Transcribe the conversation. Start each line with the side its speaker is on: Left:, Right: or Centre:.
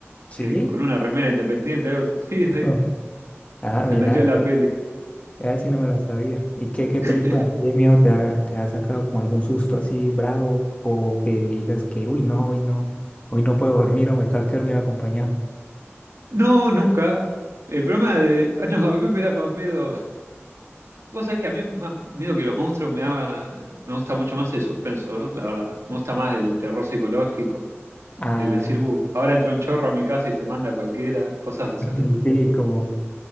Left: Sí.
Right: de- con una remera independiente, algo así. Sí, sí,
Left: <laughs> Ah,
Right: se
Left: mira,
Right: metió en la peli.
Left: Ya si no me la sabía. ¿Y qué, qué
Right: <laughs>
Left: película así de miedo te ha, te ha sacado como algún susto así bravo o que digas que, uy, no, hoy no, hoy no puedo dormir o me tengo que dormir acompañado?
Right: No, nunca. El problema de... ah, No, a mí me da más miedo. Vos sabés que a mí más miedo que los monstruos me da, me gusta mucho más el suspenso, ¿eh? la verdad. Me gusta más el terror psicológico,
Left: Ah,
Right: el decir, "Uh, ahora entra un chorro a mi casa y se manda a cualquiera, cosas
Left: <laughs>
Right: así.
Left: sí, como,